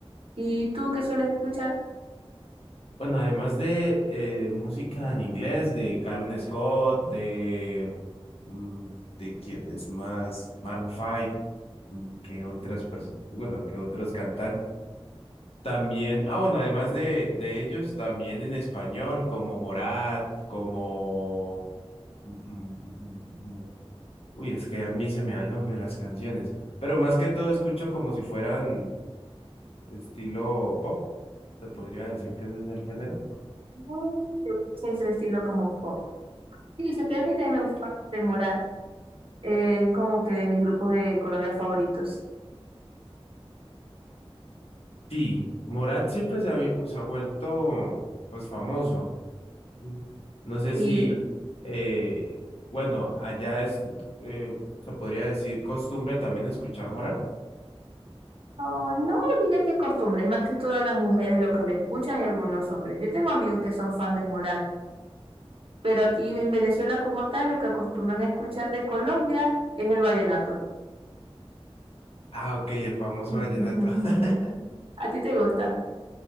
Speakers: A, on the right; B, on the left.
A: ¿Y tú qué sueles escuchar?
B: Bueno, además de eh, música en inglés, de Calum Scott, de mm, de quién es más, Maroon 5, mm, que otras personas, bueno, que otros cantantes. También, ah, bueno, además de, de ellos, también en español, como Morat, como mm, mm, mm, mm, mm, Uy, es que a mí se me da el nombre de las canciones, pero más que todo escucho como si fueran estilo pop, se podría decir que ese es el género.
A: Muy de- siempre estilo como pop. Sí, se que también me gusta Morat. Eh, es como que de mis grupos de Colombia favoritos.
B: Sí, Morat siempre se ha, vi- se ha vuelto pues famoso. ¿sí? No sé
A: Sí,
B: si, eh, bueno, allá es, eh, se podría decir costumbre también escuchar Morat.
A: Oh, no diría que costumbres, más que todas las mujeres lo que le escuchan y algunos hombres. Yo tengo amigos que son fan de Morat, pero aquí en Venezuela como tal lo que acostumbran a escuchar de Colombia es el vallenato.
B: Ah, ok, el famoso
A: <laughs>
B: vallenato. <laughs>
A: ¿A ti te gusta?